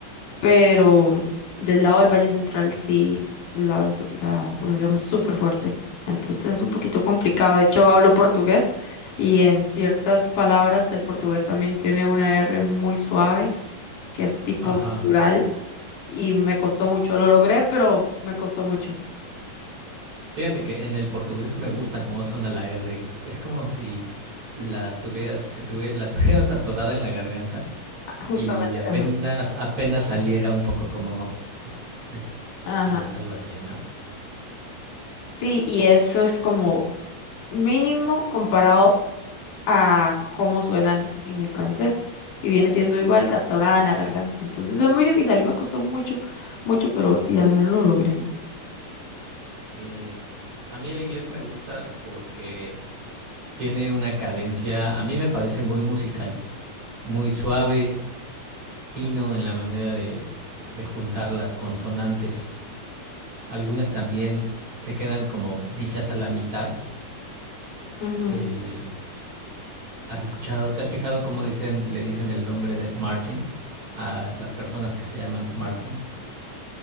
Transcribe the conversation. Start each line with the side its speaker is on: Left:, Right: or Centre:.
Left: pero del lado del Valle Central sí la, su- la pronunciamos súper fuerte. Entonces es un poquito complicado. De hecho, hablo portugués y en ciertas palabras del portugués también tiene una R muy suave, que es tipo
Right: Ajá.
Left: rural, y me costó mucho. Lo logré, pero me costó mucho.
Right: Fíjate que en el portugués me gusta cómo suena la R. Es como si la tuvieras, se tuvie- la <laughs> tuvieras atorada en la garganta
Left: Ah, Justamente,
Right: y apenas,
Left: ajá.
Right: apenas saliera un poco como <laughs>
Left: Ajá.
Right: tal vez algo así, ¿no?
Left: Sí, y eso es como mínimo comparado a cómo suenan en el francés. Y viene siendo igual catorada en la garganta. Entonces es muy difícil. A mí me costó mucho, mucho, pero y al menos lo logré.
Right: Sí. A mí el inglés me gusta porque tiene una cadencia, a mí me parece muy musical, muy suave, fino en la manera de, de juntar las consonantes. Algunas también se quedan como dichas a la mitad.
Left: Ujú.
Right: eh, ¿Has escuchado, te has fijado cómo dicen, le dicen el nombre de Martin a las personas que se llaman Martin?